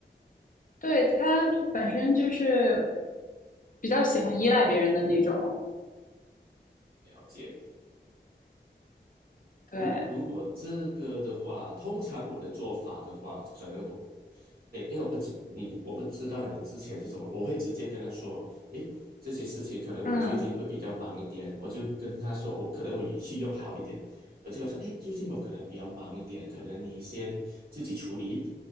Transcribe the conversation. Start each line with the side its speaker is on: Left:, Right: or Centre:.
Left: 对，他本身就是比较喜欢依赖别人的那种。
Right: 了解？
Left: 对，
Right: 如如果这个的话，通常我的做法的话，可能我诶，因为我不知你，我不知道你之前是什么，我会直接跟他说，诶，这些事情可能我最近会比较忙一点，
Left: 嗯
Right: 我就跟他说，我可能我语气用好一点，我就跟他说，诶，最近我可能比较忙一点，可能你先自己处理，